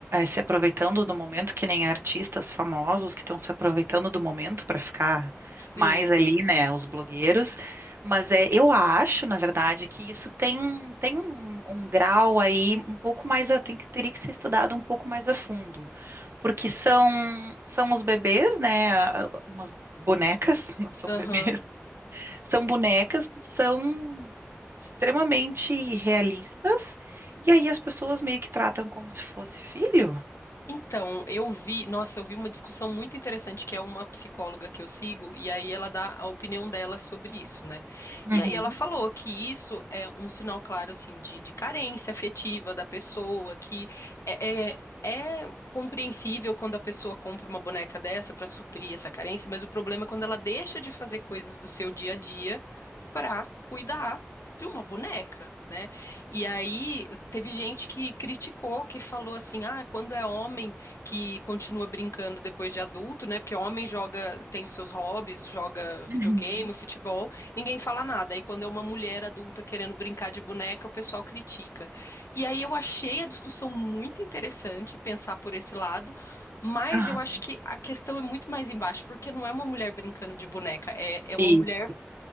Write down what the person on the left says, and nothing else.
Sim.
Aham.
Então, eu vi, nossa, eu vi uma discussão muito interessante que é uma psicóloga que eu sigo, e aí ela dá a opinião dela sobre isso, né?
E aí ela falou que isso é um sinal claro, assim, de, de carência afetiva da pessoa, que é, é, é compreensível quando a pessoa compra uma boneca dessa para suprir essa carência, mas o problema é quando ela deixa de fazer coisas do seu dia a dia para cuidar de uma boneca, né? E aí teve gente que criticou, que falou assim: "Ah, quando é homem que continua brincando depois de adulto, né? Porque homem joga, tem os seus hobbies, joga videogame,
futebol, ninguém fala nada. Aí quando é uma mulher adulta querendo brincar de boneca, o pessoal critica". E aí eu achei a discussão muito interessante pensar por esse lado. Mas
eu acho que a questão é muito mais embaixo, porque não é uma mulher brincando de boneca, é, é uma
mulher